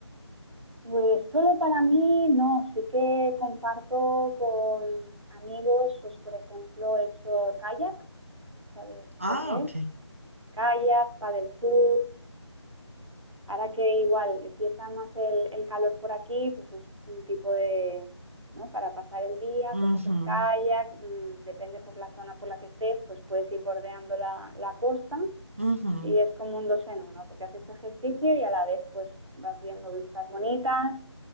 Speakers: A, on the right; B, on the right.
A: Pues solo para mí no, sí que comparto con amigos, pues por ejemplo he hecho kayak, ¿sabes
B: Ah,
A: lo que
B: ok.
A: es? Kayak, paddle surf. ahora que igual empieza más el, el calor por aquí, pues es un tipo de, ¿no? Para pasar el día,
B: Ujú,
A: coges el kayak, mm, depende por la zona por la que estés, pues puedes ir bordeando la, la costa
B: ujú.
A: y es como un dos en uno, porque haces ejercicio y a la vez pues vas viendo vistas bonitas